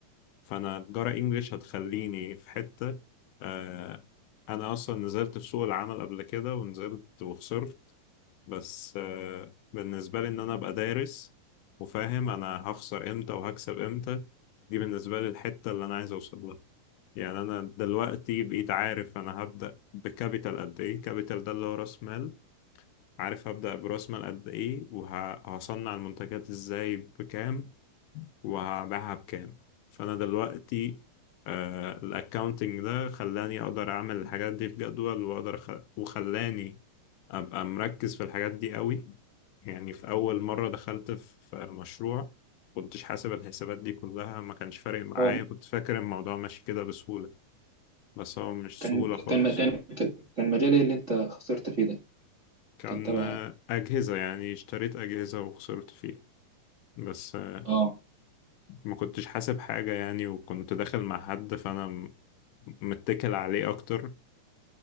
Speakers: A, on the left; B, on the right.
A: فانا جرى انجليش هتخليني في حتة آه انا اصلا نزلت في سوق العمل قبل كده ونزلت وخسرت بس آه بالنسبة لي ان انا ابقى دارس وفاهم انا هخسر امتى وهكسب امتى دي بالنسبة لي الحتة اللي انا عايز اوصل لها يعني انا دلوقتي بقيت عارف انا هبدأ بكابيتال قد ايه كابيتال ده اللي هو راس مال عارف هبدأ براس مال قد ايه وهصنع المنتجات ازاي بكام وهبيعها بكام فانا دلوقتي آه الاكاونتنج ده خلاني اقدر اعمل الحاجات دي في جدول واقدر أخ... وخلاني ابقى مركز في الحاجات دي قوي يعني في اول مرة دخلت في مشروع كنتش حاسب الحسابات دي كلها ما كانش فارق معايا
B: هو
A: كنت فاكر الموضوع ماشي كده بسهولة بس هو مش
B: كان
A: سهولة خالص
B: كان كان كان مجال اللي أنت خسرت فيه ده
A: كان
B: كان تبع
A: آه،
B: إيه؟
A: أجهزة يعني اشتريت أجهزة وخسرت فيها بس آه،
B: أه
A: ما كنتش حاسب حاجة يعني وكنت داخل مع حد فأنا متكل عليه اكتر